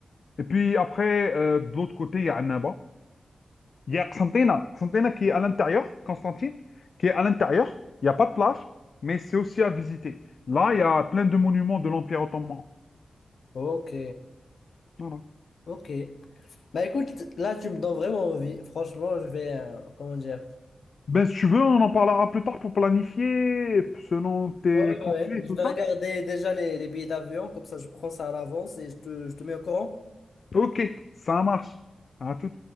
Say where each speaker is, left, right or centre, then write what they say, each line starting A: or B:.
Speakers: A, on the left; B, on the left.
A: Et puis après, euh, de l'autre côté, il y a Annaba. Il y a Xantina. Xantina qui est à l'intérieur, Constantine, qui est à l'intérieur. Il n'y a pas de plage, mais c'est aussi à visiter. Là, il y a plein de monuments de l'Empire ottoman.
B: ok,
A: Voilà.
B: ok. Bah écoute, là, tu me donnes vraiment envie. Franchement, je vais, euh, comment dire?
A: Ben, si tu veux, on en parlera plus tard pour planifier selon tes
B: Ouais, ouais,
A: congés
B: ouais. Je
A: et tout
B: vais
A: ça.
B: regarder déjà les, les billets d'avion, comme ça, je prends ça à l'avance et je te, je te mets au courant.
A: Ok, ça marche. À tout.